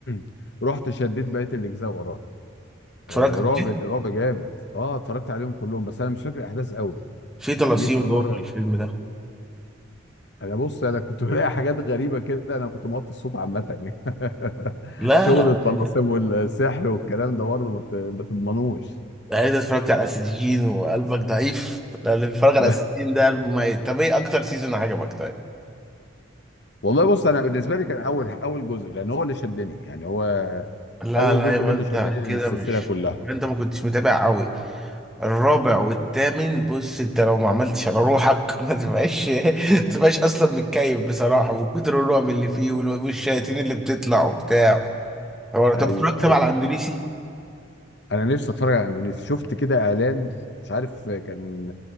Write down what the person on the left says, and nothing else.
<clears throat> رحت شديت بقيه الاجزاء وراه آه،
رعب
رعب جامد اه اتفرجت عليهم كلهم بس انا مش فاكر احداث قوي
جيت في
مره
انا بص انا كنت <laughs> بلاقي حاجات غريبه كده انا كنت موطي الصوت عامه يعني <laughs>
شغل
الطلاسم
والسحر والكلام ده برضه ما ت- ما تضمنوش
<laughs>
والله بص انا بالنسبه لي كان اول اول جزء لان هو اللي شدني يعني هو
اول
جزء
ده اللي
شدني السلسله
كلها
ايوه
ايوه
انا نفسي اتفرج على اندونيسيا شفت كده اعلان مش عارف كان